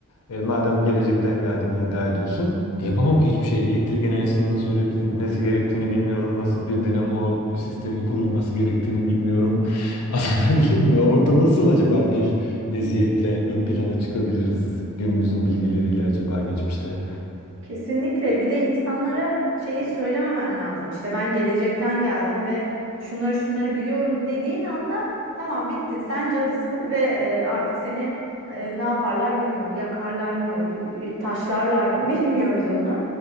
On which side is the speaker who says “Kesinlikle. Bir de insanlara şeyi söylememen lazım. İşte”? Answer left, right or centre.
Right